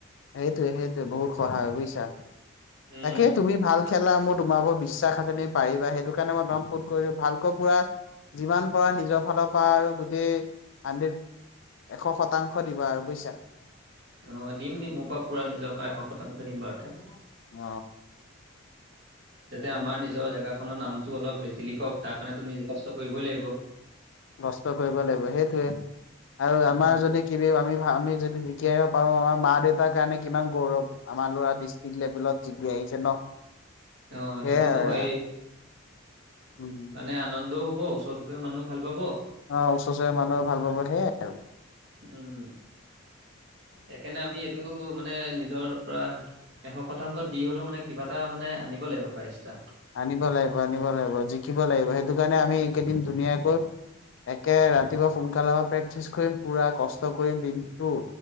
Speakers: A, on the left (about 60°); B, on the right (about 55°).
A: সেইটোৱে সেইটোৱে বহুত সহায় বুজিছা
B: উম
A: তাকে তুমি ভাল খেলা মোৰ। তোমাৰ ওৰত বিশ্বাস আছে তুমি পাৰিবা সেইটো কাৰণে মই তোমাক ফোন কৰিলো ভালকৈ পুৰা। যিমান পাৰে নিজৰ ফালৰ পৰা আৰু গোটেই হাণ্ড্ৰেড। এশ শতাংশ দিবা আৰু বুজিছা।
B: অ দিম দিম মোৰ পৰা পুৰা নিজৰ পৰা এশ শতাংশই দিম বাৰু তে।
A: অ।
B: তেতিয়া আমাৰ নিজৰ জেগাখনৰ নামটো অলপ হ। ঠিক হক তাৰ কাৰণে তো নিজে কষ্ট কৰিবই লাগিব।
A: কষ্ট কৰিব লাগিব সেইটোয়ে আৰু
B: উম
A: আমাৰ যদি কিবি আমি আমি যদি। শিকিব পাৰো আমাৰ মা দেউতাৰ কাৰণে কিমান গৌৰৱ আমাৰ ল'ৰা ডিষ্ট্ৰিক্ট লেভেলত জিকি আহিছে ন।
B: অ
A: সেয়াই
B: সেইটোতো
A: আৰু
B: হয়েই
A: উম,
B: মানে আনন্দও। পাব ওচৰ চুবুৰীয়া মানুহও ভাল পাব।
A: অ ওচৰ চুুৰীয়া মানুহে ভাল পাব সেয়াই আৰু।
B: উম সেইকাৰণে আমি এইটো। মানে নিজৰ পৰা এশ শতাংশ দি হলেও মানে কিবা এটা মানে আনিব লাগিব প্ৰাইচএটা।
A: আনিব লাগিব আনিব লাগিব জিকিব লাগিব সেইটো কাৰণে আমি এই কেইদিন ধুনীয়াকৈ। একে ৰাতিপুৱা সোনকালৰ পৰা প্ৰেক্টিচ কৰিম পুৰা কষ্ট কৰিম দিনটো।